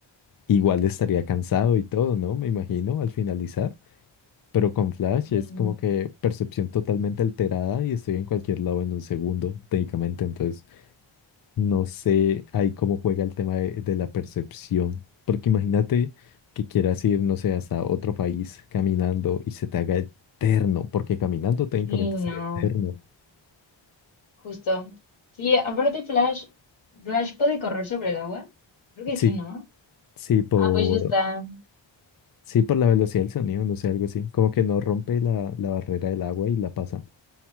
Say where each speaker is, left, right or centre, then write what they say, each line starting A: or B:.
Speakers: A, on the left (about 45°); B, on the left (about 85°).
A: Igual estaría cansado y todo, ¿no? Me imagino al finalizar. Pero con Flash
B: Y-
A: es como que percepción totalmente alterada y estoy en cualquier lado en un segundo, técnicamente. Entonces, no sé ahí cómo juega el tema de, de la percepción, porque imagínate que quieras ir, no sé, hasta otro país caminando y se te haga eterno, porque caminando técnicamente
B: Sí, no,
A: sería eterno.
B: justo. Sí, aparte Flash, Flash puede correr sobre el agua. Creo que
A: Sí,
B: sí, ¿no?
A: sí, por,
B: Ah, pues ya está.
A: sí, por la velocidad del sonido, no sé, algo así, como que no rompe la, la barrera del agua y la pasa.